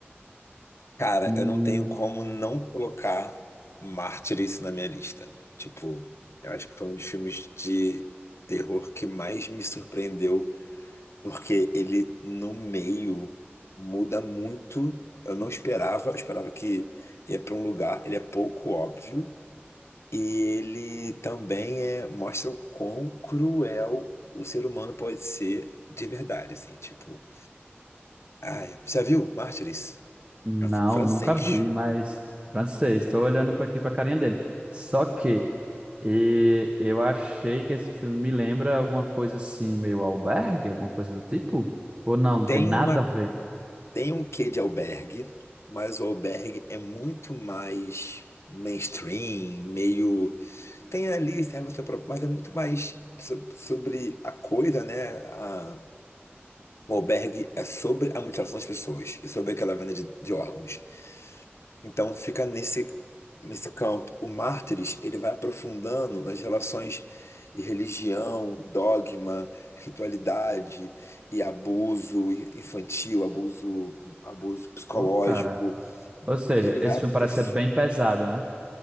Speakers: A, on the left; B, on the right.
A: Cara,
B: Hum,
A: eu não tenho como não colocar Mártires na minha lista. Tipo, eu acho que foi um dos filmes de terror que mais me surpreendeu, porque ele no meio muda muito. Eu não esperava, eu esperava que ia pra um lugar, ele é pouco óbvio, e ele também é, mostra o quão cruel o ser humano pode ser de verdade, assim, tipo, ai, já viu Mártires?
B: não,
A: É um filme francês.
B: nunca vi, mas francês. Estou olhando para aqui para a carinha dele. Só que e, eu achei que esse filme me lembra alguma coisa assim, meio albergue, alguma coisa do tipo? Ou não, não
A: Tem
B: tem nada
A: uma
B: a ver.
A: Tem um quê de albergue, mas o albergue é muito mais mainstream, meio. Tem ali, tem você próprio, mas é muito mais so- sobre a coisa, né? A- O albergue é sobre a mutilação das pessoas e sobre aquela venda de, de órgãos. Então fica nesse, nesse campo. O Mártires, ele vai aprofundando nas relações de religião, dogma, ritualidade e abuso infantil, abuso, abuso psicológico.
B: Pô, cara. Ou seja,
A: Ele vai
B: esse
A: aprof...
B: filme parece ser bem pesado, né?